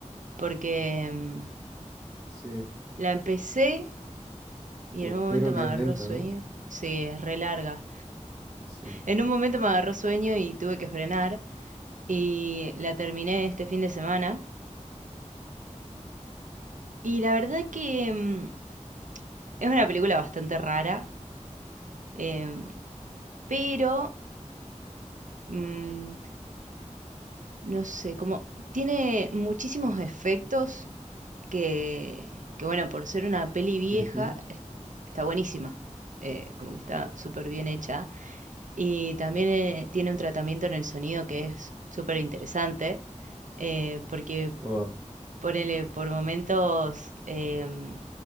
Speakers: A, on the right; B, on the right.
A: porque em,
B: Sí,
A: la empecé Y
B: me
A: en un momento
B: dijeron
A: me
B: que
A: agarró
B: es lenta,
A: sueño.
B: ¿no?
A: Sí, es re larga.
B: Sí.
A: En un momento me agarró sueño y tuve que frenar. Y la terminé este fin de semana. Y la verdad que mm, es una película bastante rara. em, pero, mm, no sé, como tiene muchísimos efectos que, que, bueno, por ser una peli vieja,
B: Ujú.
A: es- está buenísima. eh, como que está súper bien hecha. Y también eh, tiene un tratamiento en el sonido que es súper interesante, eh, porque
B: Oh,
A: ponele por momentos, em,